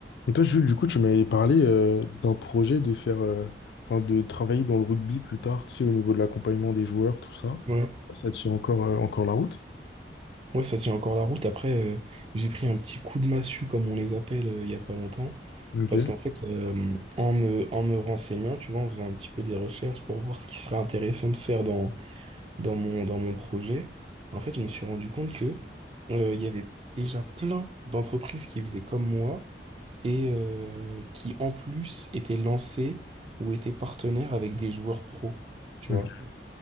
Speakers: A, on the left; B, on the right.
A: Mais toi, Jules, du coup, tu m'avais parlé euh, d'un projet de faire, euh, enfin, de travailler dans le rugby plus tard, tu sais, au niveau de l'accompagnement des joueurs, tout ça.
B: Ouais.
A: Ça tient encore, euh, encore la route.
B: Ouais, ça tient encore la route. Après, euh, j'ai pris un petit coup de massue, comme on les appelle, euh, il y a pas longtemps.
A: Ok.
B: Parce qu'en fait, euh, en me, en me renseignant, tu vois, en faisant un petit peu des recherches pour voir ce qui serait intéressant de faire dans, dans mon, dans mon projet, en fait, je me suis rendu compte que, euh, il y avait déjà plein d'entreprises qui faisaient comme moi et euh, qui, en plus, étaient lancées ou étaient partenaires avec des joueurs pros, tu
A: Ok.
B: vois.